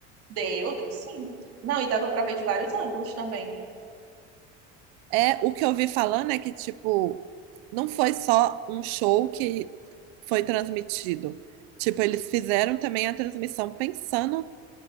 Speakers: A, on the right; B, on the right.
A: deu, deu sim. Não, e dava para ver de vários ângulos também.
B: É, o que eu vi falando é que, tipo, não foi só um show que foi transmitido. Tipo, eles fizeram também a transmissão pensando